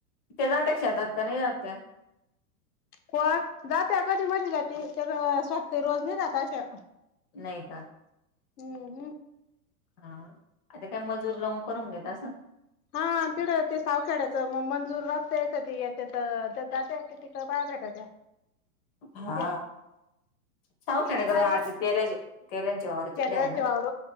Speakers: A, on the left; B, on the left.
A: ते जात्यात शेतात का नाही जात त्या
B: पण जात्या कधी मधी जाती स्वतत रोज नाही जाता अशा
A: नाही का
B: हम्म हम्म
A: हा आता काय मजूर लावून करून घेत असं
B: हा तेडं ते सावखेड्याचं मग मंजूर रहतय कधी तेथ ते जात कि तिकं बाहेर भेटाय त्या
A: हा
B: त्या
A: साऊखेडेकर
B: किती बाया
A: आ तेला तेलांची वावर
B: त्यालाचे
A: तिकडे आहे ना
B: वावर